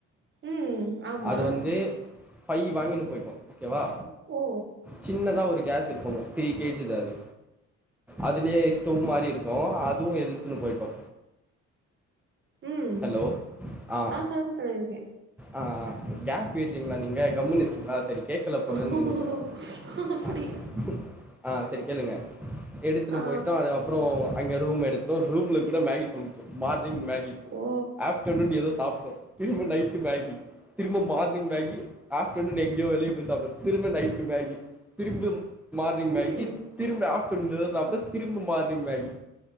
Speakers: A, on the right; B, in the centre.
A: ம் ஆமா
B: அது வந்து ஃபை வாங்கினு போய்ட்டோ ஓகேவா
A: ஒ ஓ
B: சின்னதா ஒரு கேஸ் இருக்குங்க த்ரீ கேஜிதா அது அதுலயே இஸ்டோவ் மாரி இருக்கு அதுவு எதுத்துன்னு போயிட்டோ
A: ம்
B: ஹலோ ஆ ஆ
A: சொல்லுங்க சொல்லுங்க இருக்கே
B: ஆ ஆ ஆ கேஸ் வைட்னிங்ளா நீங்க கம்முன்னு இருக்கீங்களா சரி கேக்கல போலன்னு
A: ஓ
B: நெனக்கிறே
A: அப்டி
B: ஆ ஆ சரி கேளுங்க எடுத்துன்னு
A: ஆ
B: போயிட்டோ அதுக்கு அப்புறோ அங்க ரூம் எடுத்தோ ரூம்ல கூட மேகி சமச்சோ மார்னிங் மேகி
A: ஓ
B: ஆஃப்டர்நூன் எதோ சாப்ட்டோ திரும்ப நைட்டு மேகி திரும்ப மார்னிங் மேகி ஆப்டனு எங்கயோ வெளிய போய் சாப்பிற திரும்ப நைட்டு மேகி திரும்ப மார்னிங்
A: ம்
B: மேகி திரும்ப ஆப்டனு எதா சாப்ட்டோ திரும்ப மார்னிங் மேகி